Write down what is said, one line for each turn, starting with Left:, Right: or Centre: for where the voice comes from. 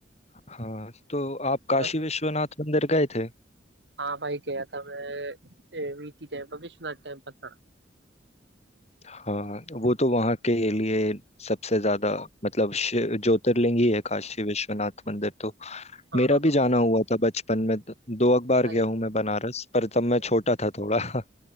Left: हाँ तो आप काशी
Right: थोड़ा सा
Left: विश्वनाथ मंदिर गए थे
Right: हाँ भाई गया था मैं वीटी टेम्पल विश्वनाथ टेम्पल हाँ
Left: हाँ वो तो वहाँ के लिए सबसे ज्यादा मतलब शि- ज्योतिर्लिंग ही है काशी विश्वनाथ मंदिर तो
Right: हाँ
Left: मेरा
Right: हाँ
Left: भी
Right: हाँ
Left: जाना
Right: हाँ
Left: हुआ था बचपन में द- दो एक बार
Right: अरे
Left: गया हूँ मैं बनारस पर तब मैं
Right: अरे,
Left: छोटा था थोड़ा <laughs>